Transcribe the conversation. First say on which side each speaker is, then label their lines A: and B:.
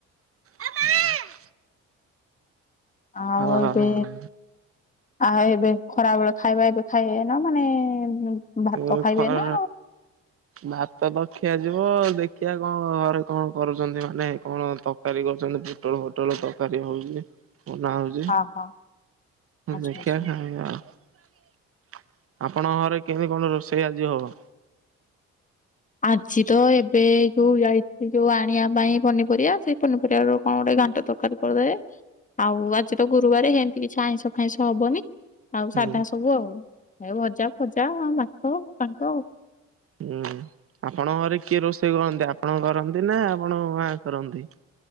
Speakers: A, on the right; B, on the left.
A: ଏ ମା।
B: ଆଉ
A: ହଁ।
B: ଏବେ
A: ହଁ
B: ଆଉ ଏବେ ଖରା ବେଳେ ଖାଇବା ଏବେ ଖାଇବେ ନା ମାନେ ଭାତ
A: ଏ
B: ଖାଇବେ
A: ଖରା
B: ନା
A: ଭାତ ତ ଖିଆ ଯିବ ଦେଖିଆ କଣ ଘରେ କଣ କରୁଛନ୍ତି ମାନେ କଣ ତ ତରକାରୀ କରୁଛନ୍ତି ପୋଟଳ ଫୋଟଳ ତରକାରୀ ହଉଛି। ବନା ହଉଚି
B: ଓହୋ ଆଚ୍ଛା
A: ଦେଖିଆ
B: ଆଚ୍ଛା
A: ଖାଇଆ ଆଉ। ଆପଣଙ୍କ ଘରେ କେମିତି କଣ ରୋଷେଇ ଆଜି ହବ?
B: ଆଜି ତ ଏବେ ଯୋଉ ଯାଇଛିି ଯୋଉ ଆଣିବା ପାଇଁ ପନିପରିବା ସେଇ ପନିପରିବା ର କଣ ଗୋଟେ ଘାଣ୍ଟ ତରକାରୀ କରିଦେବେ ଆଉ ଆଜି, ତ ଗୁରୁବାର ହେମତି କିଛି ଆଇଁଷ ଫାଇଁଷ ହବନି। ଆଉ
A: ହୁଁ
B: ସାଧା ସବୁ ଆଉ ଭଜ ଫଜା, ଭାତ ଫାତ।
A: ହୁଁ ଆପଣଙ୍କ ଘରେ କିଏ ରୋଷେଇ କରନ୍ତି, ଆପଣ କରନ୍ତି ନା ଆପଣଙ୍କ ମା କରନ୍ତି?